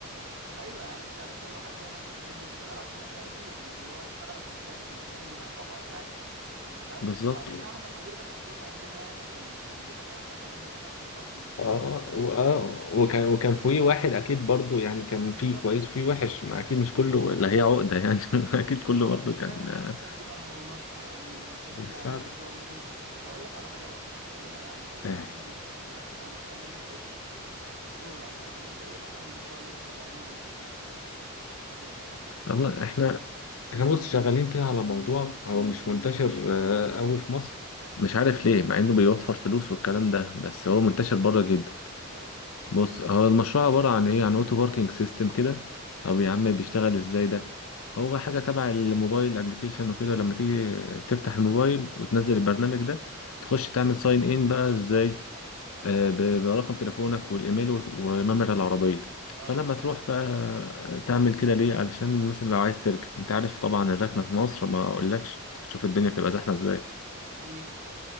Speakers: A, on the right; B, on the left.
A: ايوه يعني انت يا باشا الواحد دايما بيحب يشتغل عشان التقدير مش اللي هو يشتغل عشان خايف من ايه من عقاب او حاجه انت فاهم
B: بالظبط
A: وبعدين يا عم ما المدير ده كان في يوم قدنا يعني وكان كان بيبقى خايف من الحاجات دي بيبقى خايف من الخصم بيبقى خايف
B: اه
A: من ال-
B: واه
A: مش عارف
B: وكان
A: من الفلاجات
B: وكان في واحد اكيد برضو يعني كان
A: بالظبط
B: في كويس وفي وحش ما اكيد مش كله اللي هي عقدة يعني <laughs> اكيد كله
A: فهو
B: برضو
A: مش
B: كان
A: فاهم
B: آه،
A: يعني الناس دي مالها والله يعني بجد
B: بيساعد
A: يعني حسبي الله فيهم طب اقول لك على حاجه بقى خلينا يا عم سيبك
B: آه.
A: يا عم من الحاجات الوحشه تعال نتكلم في ايه في الشغل عامة انت ايه مثلا المشروع اللي انتوا شغالين عليه الفترة دي كده في الشغل احكي لي كده مشروع
B: والله
A: ولا حاجة
B: احنا احنا بص شغالين كده على موضوع هو مش منتشر قوي في مصر مش
A: اه
B: عارف ليه مع انه بيوفر فلوس والكلام ده بس هو منتشر بره جدا
A: ايوه
B: بص هو المشروع عبارة عن ايه عن اوتو باركينج سيستم كده
A: حلو
B: طب يا عم بيشتغل ازاي ده هو حاجة تبع الموبايل ابلكيشن وكده لما تيجي تفتح الموبايل وتنزل البرنامج ده تخش تعمل ساين ان بقى ازاي آه، ب- برقم تليفونك والايميل وت- ونمر العربية
A: اه
B: فلما
A: تمام
B: تروح بقى آه، تعمل كده ليه علشان مثلا لو عايز تركب انت عارف طبعا الركنة في مصر ما اقولكش بتشوف الدنيا بتبقى زحمة ازاي
A: اكيد